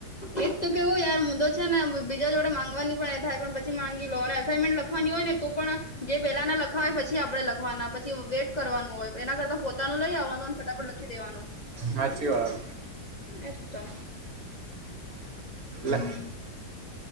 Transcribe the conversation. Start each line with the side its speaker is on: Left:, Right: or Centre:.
Left: એજ તો કેવું યાર હું તો છે ને બીજા જોડે માંગવાની પણ એ થાય પણ પછી માંગી લો અને અસાઇમેન્ટ લ ખવાની હોય ને તો પણ જે પેલાના લખાવે પછી આપણેે લખવાના પછી વેટ કરવાનું હોય એના કરતા પો તાનું લઈ આવવાનું અને ફટાફટ લખી દેવાનું.
Right: હાચી વાત.
Left: એજ તો હમ્મ
Right: લે
Left: હમ્મ.